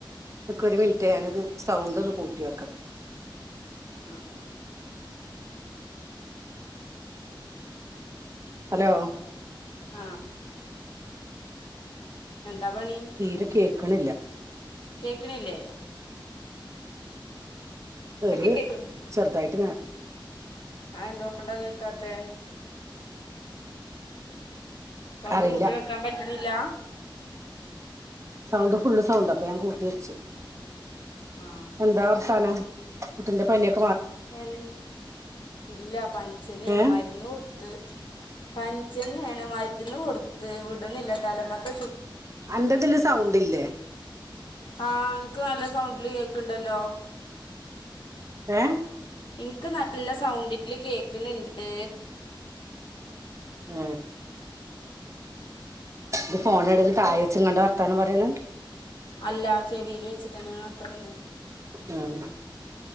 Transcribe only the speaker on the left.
ആ ആ
ആഹ് എന്താ പണി
കേക്കിണില്ലേ ഇപ്പൊ
കേക്കണ്
അത് എന്തുകൊണ്ടാ കേക്കാതെ സൗണ്ട്
കൂട്ടി വെക്കാൻ പറ്റിണി ഇല്ല
ആഹ്
അ ഇല്ല പനിച്ചന്നെയാണ്
മരുന്ന് കൊടുത്ത് പനിച്ചന്നെയാണ് മരുന്ന് കൊടുത്ത് വിടണില്ല തലമേത്ത
ആ എനക്ക് നല്ല സൗണ്ടില് കേക്കണ് ണ്ടല്ലോ
എനിക്ക് നല്ല സൗണ്ടില് കേക്കണണ്ട്
അല്ല ചെവിയിൽ വെച്ചിട്ട്ന്നെയ ഉണർത്തറുണ്ട്